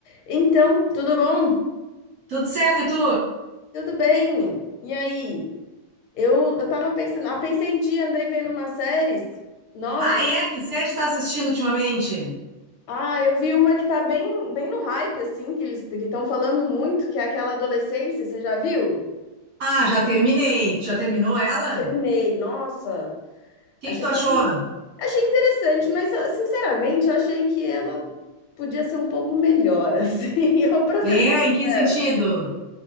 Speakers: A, on the left; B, on the right.
A: Então, tudo bom?
B: Tudo certo, e tu?
A: Tudo bem? E aí? Eu, eu tava pensando, ah, pensei em ti, andei vendo umas séries novas.
B: Ah, é? Que série tu tá assistindo ultimamente?
A: Ah, eu vi uma que tá bem, bem no hype, assim, que eles que estão falando muito, que é aquela adolescência, você já viu?
B: Ah, já terminei. Tu já terminou ela?
A: Terminei,
B: O
A: nossa,
B: que
A: achei,
B: que tu achou?
A: achei interessante, mas ah, sinceramente, eu achei que ela podia ser um pouco melhor, <laughs> assim, eu, pra
B: É,
A: ser sincera.
B: em que sentido?